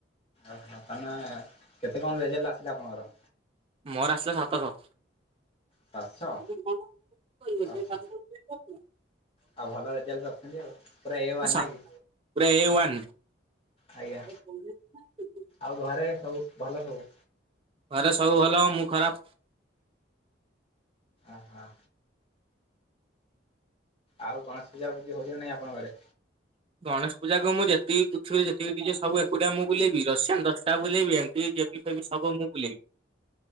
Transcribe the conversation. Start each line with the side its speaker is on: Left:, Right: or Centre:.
Left: ଓହୋ ତାନେ କେତେ କଣ ରେଜେଲ୍ଟ ଆସିଲା ଆପଣଙ୍କର?
Right: ମୋର ଆସିଲା ସାତଶ।
Left: ସାତଶହ
Right: <inaudible>
Left: ଓହୋ ଆଉ ଭଲ ରେଜଲ୍ଟ ରଖିଛନ୍ତି ଆଉ ପୁରା ଏ ୱାନ
Right: ସାତ୍
Left: ନାଇଁ କି
Right: ପୁରା ଏ ୱାନ୍।
Left: ଆଜ୍ଞା
Right: <inaudible>
Left: ଆଉ ଘରେ ସବୁ ଭଲ ସବୁ।
Right: ଘରେ ସବୁ ଭଲ ମୁଁ ଖରାପ।
Left: ଆହା। ଆଉ ଗଣେଶ ପୂଜା ଭୁଜି ହଉଛି ନାଇଁ ଆପଣଙ୍କ ଘରେ?
Right: ଗଣେଶ ପୂଜାକୁ ମୁଁ ଯେତିକି ପୃଥିବୀରେ ଯେତିକି ଡିଜେ ସବୁ ଏକୁଟଆ ମୁଁ ବୁଲେଇବି ରସିଆନ୍ ଦଶଟା ବୁଲଏବି ଏମିତି। କେବି ଫେବି ସବୁ ମୁଁ ବୁଲେଇ।